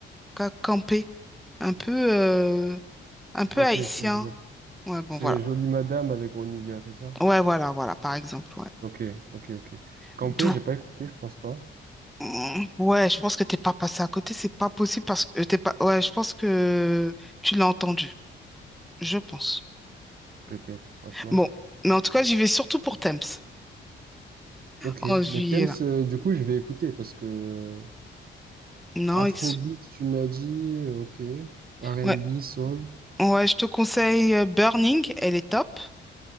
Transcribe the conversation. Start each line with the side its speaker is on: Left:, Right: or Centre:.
Centre: qu'a campé, un peu, euh, un peu
Right: Ok,
Centre: haïtien.
Right: si, je vois.
Centre: Ouais, bon,
Right: C'est
Centre: voilà.
Right: Jolie Madame avec Ronny Dia, c'est ça?
Centre: Ouais, voilà, voilà, par exemple, ouais.
Right: Ok, ok, ok. Campé,
Centre: Donc,
Right: j'ai pas écouté, je pense pas.
Centre: mm, ouais, je pense que t'es pas passé à côté, c'est pas possible parce que euh, t'es pas, ouais, je pense que tu l'as entendu, je pense.
Right: Peut-être, franchement.
Centre: Bon, mais en tout cas, j'y vais surtout pour Thames
Right: Ok.
Centre: en juillet,
Right: Mais Thames,
Centre: là.
Right: euh, du coup, je vais écouter parce que euh,
Centre: Non,
Right: Afrobeat,
Centre: ils sont-
Right: tu m'as dit, euh, ok. R&B,
Centre: ouais,
Right: Soul,
Centre: ouais, je te conseille euh, Burning, elle est top.